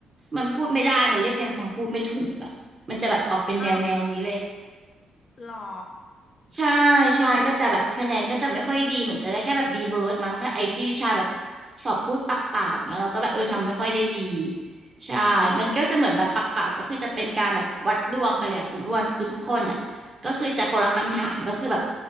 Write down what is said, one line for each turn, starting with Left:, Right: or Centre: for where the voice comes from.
Right: มันพูดไม่ได้มันเรียบเรียงคำพูดไม่ถูกอะมันจะแบบออกเป็นแนวแนวนี้เลย
Left: อ้าวเหรอ
Right: ใช่
Left: โอ้
Right: ใช่ก็จะแบบคะแนนก็จะไม่ค่อยดีเหมือนจะได้แค่แบบ B เบิร์ดมั้งถ้าไอ้ที่วิชาแบบสอบพูดปากเปล่าอย่างเงี้ยเราก็แบบเออทำไม่ค่อยได้ดีใช่
Left: อืม
Right: มันก็จะเหมือนแบบปากเปล่าก็คือจะเป็นการแบบวัดดวงไปเลยอะคุณอ้วนคือทุกคนอ่ะก็คือจะคนละคำถามก็คือแบบ